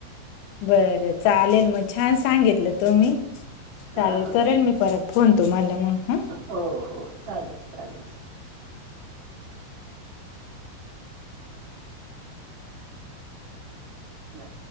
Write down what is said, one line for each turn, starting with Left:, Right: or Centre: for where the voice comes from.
Left: बरं चालेल मग छान सांगितलं तु म्ही चालेल
Right: अ
Left: करेल मी परत. फोन तो मला मग ह
Right: हो हो चालेल चालेल. ह